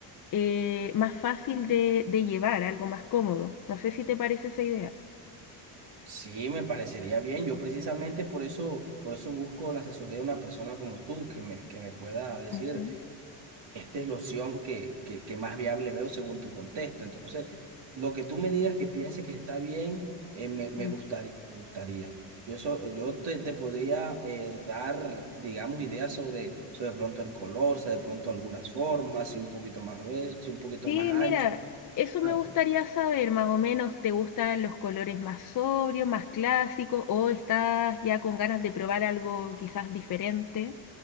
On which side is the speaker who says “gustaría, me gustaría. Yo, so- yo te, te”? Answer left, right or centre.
Right